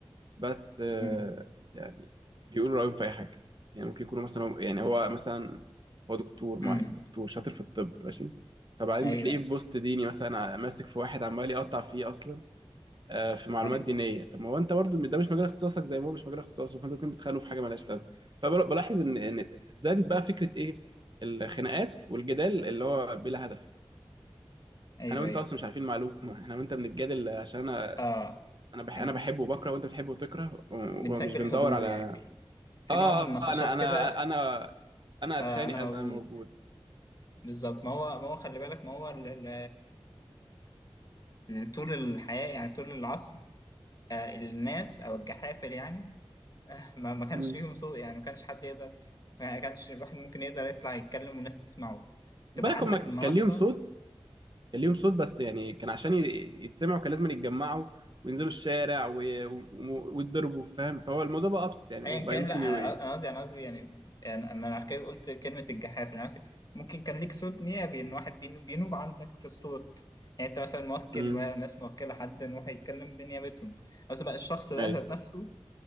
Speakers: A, on the right; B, on the left.
A: بس آه،
B: أمم.
A: يعني بيقولوا رايهم في اي حاجه يعني ممكن يكونوا مثلا هم- يعني هو مثلا هو دكتور معايا
B: أمم.
A: دكتور شاطر في الطب ماشي فبعدين
B: ايوه
A: بتلاقيه
B: ايوه
A: في بوست ديني مثلا آه، ماسك في واحد عمال يقطع فيه اصلا آه، في معلومات
B: ايوه
A: دينيه طب ما هو انت برضو ده مش مجال اختصاصك زي ما هو مش مجال اختصاصه فانتوا الاتنين بتخانقوا في حاجه مالهاش لازمه فبلاحظ ان ان زادت بقى فكره ايه الخناقات والجدال اللي هو بلا هدف
B: ايوه
A: انا وانت
B: ايوه
A: اصلا مش عارفين المعلومه احنا وانت بنتجادل عشان انا
B: اه
A: انا بح...
B: نج-
A: انا بحبه وبكره وانت بتحبه وتكره و-
B: بنسجل
A: ومش بندور
B: حضور
A: على
B: يعني في في
A: اه آه،
B: نوع من النقاشات
A: آه، انا انا
B: كده
A: انا انا
B: آه
A: اتخانق
B: انا
A: اذا
B: موجود
A: انا موجود
B: بالظبط ما هو ما هو خلي بالك ما هو ال ال ال- طول الحياة يعني طول العصر آه الناس او الجحافل يعني آه ما ما كانش
A: مم.
B: ليهم صوت يعني ما كانش حد يقدر ما كانش واحد ممكن يقدر يطلع يتكلم والناس تسمعه تبقى
A: خد بالك
B: عندك
A: هما
B: المنصة
A: كان ليهم صوت كان ليهم صوت بس يعني كان عشان ي- يتسمعوا كان لازم يتجمعوا وينزلوا الشارع وي- و- ويتضربوا فاهم فهو الموضوع بقى ابسط يعني
B: ايا
A: بقى
B: كان
A: ممكن
B: لا
A: يو...
B: انا أنا قصدي انا قصدي يعني انا أنا على كده قلت كلمه الجحافل انا قصدي ممكن كان ليك صوت نيابي ان واحد بينو- بينوب عندك في الصوت يعني انت مثلا موكل
A: مم.
B: ناس موكله حد ان هو هيتكلم بنيابتهم قصدي بقى الشخص ده
A: ايوه
B: ذات نفسه